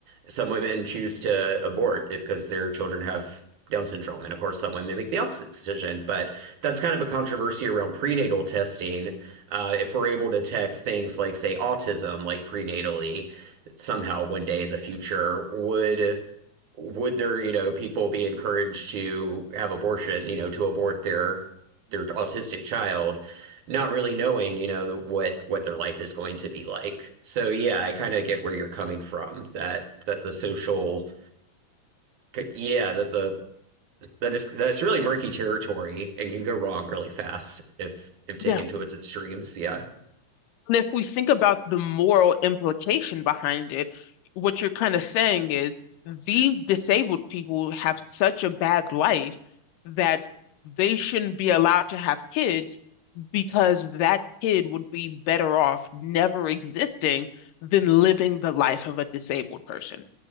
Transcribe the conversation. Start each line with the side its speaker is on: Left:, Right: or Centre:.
Right: some women choose to abort it because their children have Down syndrome, and of course, some women make the opposite decision. But that's kind of a controversy around prenatal testing. Uh, if we're able to detect things like, say, autism, like prenatally somehow one day in the future would would there you know people be encouraged to have abortion you know to abort their their autistic child not really knowing you know what what their life is going to be like so yeah i kind of get where you're coming from that that the social yeah that the that is that's really murky territory and can go wrong really fast if if taken
Left: Yeah,
Right: to its extremes yeah
Left: And if we think about the moral implication behind it, what you're kind of saying is these disabled people have such a bad life that they shouldn't be allowed to have kids because that kid would be better off never existing than living the life of a disabled person.